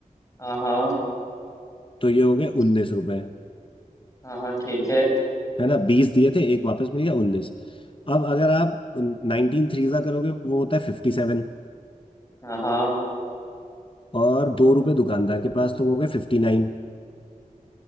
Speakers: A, on the left (about 20°); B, on the left (about 40°).
A: हाँ हाँ
B: तो ये हो गए
A: तीसरा-
B: उन्नीस रुपए
A: हाँ हाँ ठीक है
B: है ना बीस दिए थे एक वापस मिल गया उन्नीस अब अगर आप नाइनटीन थ्रीजा करोगे वो होता है फिफ्टी सेवन
A: हाँ हाँ
B: और दो रुपए दुकानदार के पास तो वो हो गए फिफ्टी नाइन